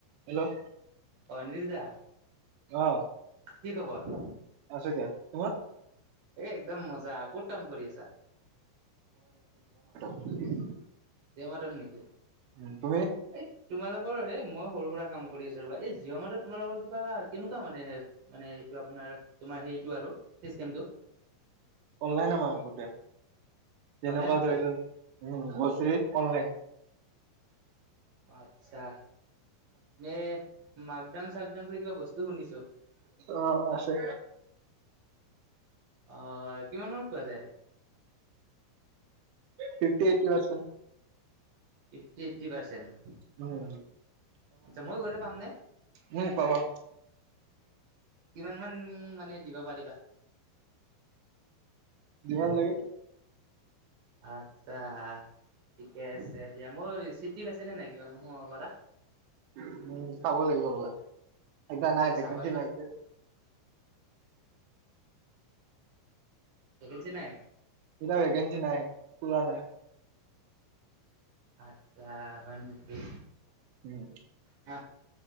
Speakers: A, on the right (about 75°); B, on the right (about 55°).
A: Hello
B: Anil দা
A: আহ
B: কি খবৰ?
A: আছো দিয়া তোমাৰ?
B: এই একদম মজা ক'ত কাম কৰি আছা।
A: উ <unintelligible>
B: চমটান নেকি <unintelligible>
A: উম তুমি
B: এই তোমালোকৰ এই মই সৰু সুৰা কাম কৰি আছো ৰবা এই জিঅ' মাৰ্ট ট তোমালোকৰ কিবা কেনেকুৱা মানে মানে এইটো আপোনাৰ তোমাৰ সেইটো আৰু, চিষ্টেম তো
A: অনলাইন আমাৰ গোটেই
B: অনলাইন
A: যেনেকুৱা
B: গোটেই
A: ধৰি লওক ঘোচৰি অনলাইন
B: আচ্ছা নে মাকডাম চাকডাম বুলি কিবা বস্তু শুনিছো।
A: অ আছে
B: আহ কিমান মানত পোৱা যায়
A: fifty eighty percent
B: fifty eight percent
A: হয়
B: আচ্ছা মই গলে পাম নে?
A: উম পাবা
B: কিমান মান মানে দিব পাৰিবা,
A: যিমান লাগে
B: আচ্ছা ঠিকে আছে, দিয়া, মোৰ চিটিত আছেনে নাই কিবা মই সোমাব পৰা
A: উ চাব লাগিব ৰবা, এতিয়া নাই
B: এই চাবাচোন
A: ভেকেঞ্চি নাই যে
B: ভেকেন্সি নাই?
A: ইতিয়া ভেকেন্সি নাই পোৱা নাই
B: আচ্ছা হয় নেকি।
A: উম
B: হ